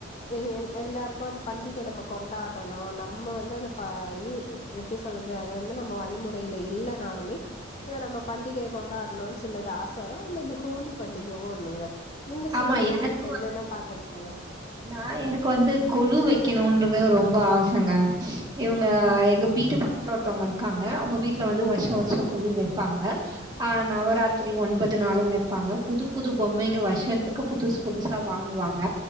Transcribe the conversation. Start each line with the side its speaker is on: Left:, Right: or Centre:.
Left: எல் எல்லாருக்கும் அந்த பண்டிகை நம்ம கொண் டாடணும் நம்ம வந்து அத தா யூ எப்டி சொல்லறது அதது வந்து நம்ம வழிமுறையில இல்லனாலும் மே <unintelligible> நம்ம பண்டிகைய கொண்டாடணும்னு சிலது ஆசை வரும் அந் இந்த ஹோலி பண்டிகவும் ஒண்ணுங்க நீங்க சொல்லுங்க
Right: ஆமா எனக்கு
Left: உங்களுக்கு என்னென்ன பாத்துருக்கீங்க
Right: நா எனக்கு வந்து கொழு வைக்கணும்ன்றது ரொம்ப ஆச ங்க இவங்க எங்க வீட்டு பக்கத்துல ஒருத்தவங்க இருக்காங்க உங்க வீட்டுல வந்து வருஷொ வருஷொ கொழு வ ப்பாங்க அ நவராத்திரி ஒன்பது நாளும் வைப்பாங்க புது புது பொம்மைங்க வர் ஷத்துக்கு புதுசு புதுசா வாங்குவாங்க